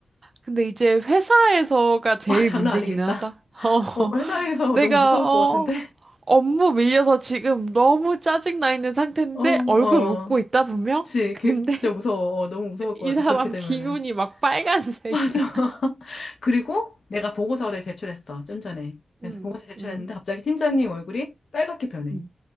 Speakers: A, on the right; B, on the left.
A: 근데 이제 회사에서가 제일
B: 아, 장난
A: 문제기는
B: 아니겠다.
A: 하다. <laughs> 어,
B: 어, 회사에서
A: 내가,
B: 너무 무서울
A: 어,
B: 것 같은데?
A: 업무 밀려서 지금 너무 짜증나 있는 상태인데
B: 어, 어.
A: 얼굴 웃고 있다, 분명?
B: 그치.
A: <laughs>
B: 걔
A: 근데
B: 진짜 무서워. 어, 너무 무서울
A: 이
B: 것 같아.
A: 사람
B: 그렇게 되면은.
A: 기운이 막 빨간색이야.
B: 맞아. <laughs> 그리고 내가 보고서를 제출했어. 좀 전에. 그래서
A: 응,
B: 보고서 제출했는데
A: 응,
B: 갑자기 팀장님 얼굴이 빨갛게 변해.
A: 응,